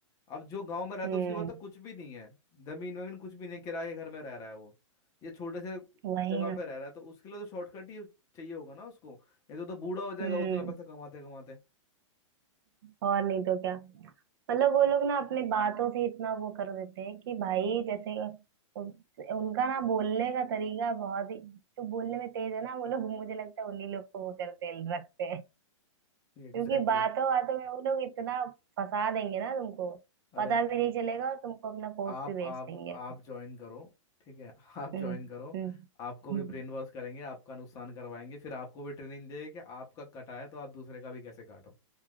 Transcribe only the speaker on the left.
अब जो गांव में रहता
है उसके पास तो कुछ भी नहीं है जमीन वमीन कुछ भी नहीं किराए के घर में रह रहा है वो ये छोटे से
जगह
पे रह रहा है तो उसके लिए तो शॉर्टकट ही चाहिए होगा ना उसको नहीं तो तो बूढ़ा हो जाएगा
उतना पैसा कमाते कमाते
Exactly
exactly.
अरे
आप
आप
आप ज्वाइन करो ठीक है <laughs> आप
ज्वाइन करो
आपको भी
ब्रेन वॉश करेंगे आपका नुकसान करवाएंगे फिर आपको भी ट्रेनिंग देंगे कि आपका कटा है तो आप दूसरे का भी कैसे काटो